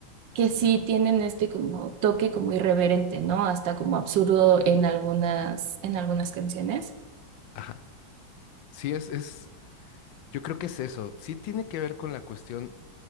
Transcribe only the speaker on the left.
Ajá. Sí, es, es, yo creo que es eso. Sí tiene que ver con la cuestión